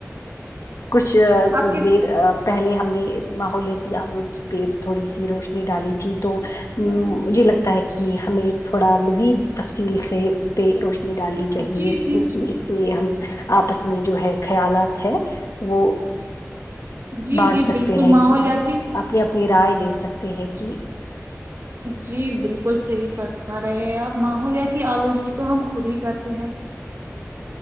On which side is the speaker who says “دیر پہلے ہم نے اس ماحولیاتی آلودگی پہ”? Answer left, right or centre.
Left